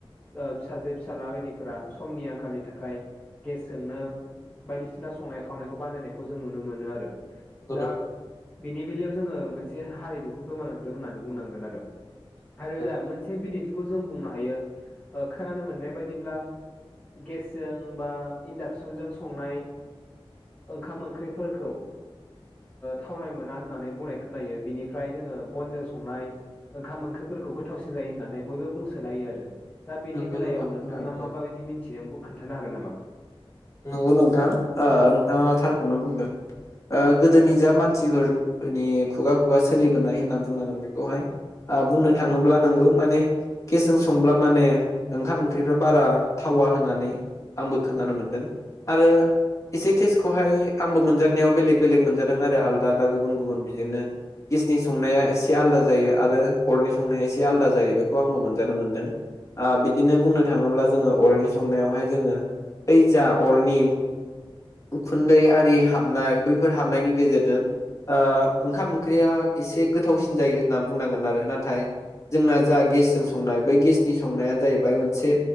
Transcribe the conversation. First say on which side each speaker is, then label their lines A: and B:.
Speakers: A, on the left; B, on the left.
A: फिसाजो फिसाला बायदिफोरा समनि आंखालनि थाखाय गेसजोंनो बायदिसिना संनाय खावनायखौ बानायनायखौ जों नुनो मोनो आरो।
B: नंगौ
A: दा
B: नोंथां
A: बेनि बेलायाव जोङो मोनसे हारिमुखौ गोमालांदों होननानै बुंनांगोन आरो। आरो
B: नंगौ
A: दा मोनसे बिदिन्थिखौ जों बुंनो हायो खोनानो मोननाय बायदिब्ला। गेसजों बा इन्डाक्सनजों संनाय ओंखाम ओंख्रिफोरखौ थावनाय मोना होननानै बुंनाय खोनायो। बिनिफ्राय जोङो बनजों संनाय ओंखाम ओंख्रिफोरखौ गोथावसिन जायो होननानै बयबो बुंसोलायो आरो। दा बेनि
B: नंगौ
A: बेलायाव
B: नोंथां
A: नोंथाङा
B: खोनादों
A: माबायदि
B: औ
A: मिन्थिदों खोन्थानो हागोन नामा?
B: नंगौ नोंथां नोंथाङा थारखौनो बुंदों। गोदोनि जा मानसिफोरनि खुगा खुगा सोलिबोनाय होनना बुंनांगोन बेखौहाय। बुंनो थाङोब्ला नोंगौ माने गेसजों संब्ला माने ओंखाम ओंख्रिफ्रा बारा थाव आं होननानै आंबो खोनानो मोनदों आरो। एसे टेसखौहाय आंबो मोनजानायाव। बेलेग बेलेग मोनजादों आरो आलदा आलदा गुबुन गुबुन बिदिनो गेसनि संनाया एसे आलदा जायो आरो। अरनि संनाया एसे आलदा जायो बेखौ आंबो मोनजानो मोनदों। बिदिनो बुंनो थाङोब्ला जोङो अरनि संनायावहाय जोङो। बै जा अरनि उखुन्दै आरि हाबनाय बैफोर हाबनायनि गेजेरजों ओंखाम ओंख्रिया एसे गोथावसिन जायो होनना बुंनांगोन आरो नाथाय जोंना जा गेसजों नाय बै गेसनि संनाया जाहैबाय मोनसे